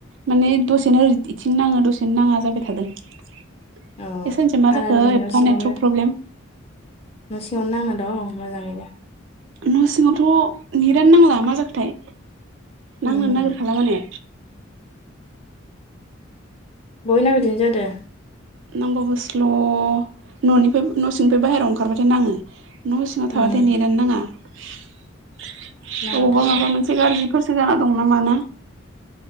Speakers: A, on the right; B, on the left.
A: माने दसेनो ओरै इथिनो नाङो दसेनो नाङा जाबाय थादों। ए
B: अ
A: सानैसोआ मा
B: आंना
A: जाखो
B: नै न'
A: एफ्फा
B: सिङावनो
A: नेट्रक प्रब्लेम।
B: न' सिङावनो नांना दं मोजाङैनो।
A: न' सिङावथ' नेट आनो नांला मा जाखोथाय
B: उम
A: नांनो नागिरखाला माने।
B: बयनाबो इदिनो जादो।
A: नांबाबो स्ल' न'निफ्राय न' सिनिफ्राय बाहेरायाव ओंखारबाथाय नाङो। न' सिङाव थाबाथाय
B: उम
A: नेट'आनो नाङा अबावबा
B: नाङाथ' आरो
A: माबा मोनसे गारजि फोरसो जाना दं ना माना।